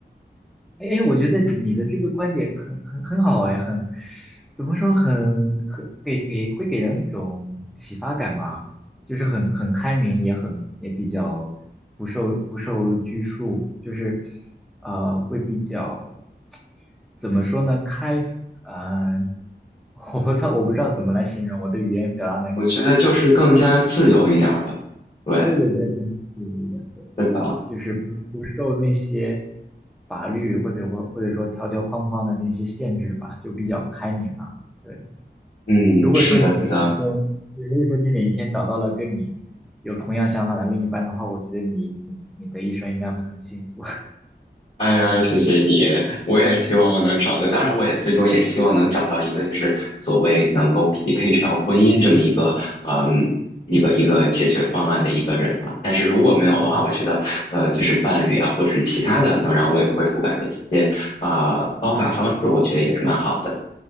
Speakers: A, in the centre; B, on the left (about 45°).
A: 哎哎，我觉得你你的这个观点很很很好哎，很怎么说很很给给会给人一种启发感吧，就是很很开明，也很也比较不受不受拘束，就是呃会比较怎么说呢开啊，<laughs> 我不知道我不知道怎么来形容，我的语言表达能力有点差哈。
B: 我觉得就是更加自由一点吧。对，
A: 对对对，跟你有一点。对。
B: 是的，
A: 就是不不受那些法律或者或或者说条条框框的那些限制吧，就比较开明嘛。对，
B: 嗯，
A: 如果说你哪一天，
B: 是的，是的。
A: 对如果说你哪一天找到了跟你有同样想法的另一半的话，我觉得你你你的一生应该会很幸福。<laughs>
B: 哎呀，谢谢你！我也希望我能找到，当然我也最终也希望能找到一个，就是所谓能够匹配上婚姻这么一个，嗯，一个一个解决方案的一个人嘛。但是如果没有的话，
A: 嗯嗯
B: 我觉得，呃，就是伴侣啊，或者是其他的能让我有归属感的一些啊、方法方式，我觉得也是蛮好的。